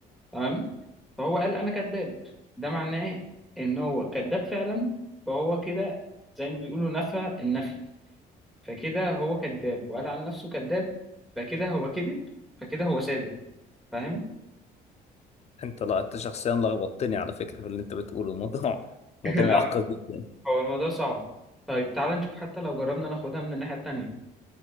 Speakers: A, in the centre; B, on the left.
A: تمام فهو قال انا كذاب ده معناه ان هو كذاب فعلا فهو كده زي ما بيقولوا نفى النفي فكده هو كذاب وقال عن نفسه كذاب فكده هو كذب فكده هو صادق فاهم
B: انت لا انت شخصيا لخبطتني على فكره في اللي انت بتقوله الموضوع
A: <laughs>
B: موضوع
A: لا
B: معقد جدا
A: هو الموضوع صعب طيب تعال نشوف حتى لو جربنا ناخدها من الناحية التانية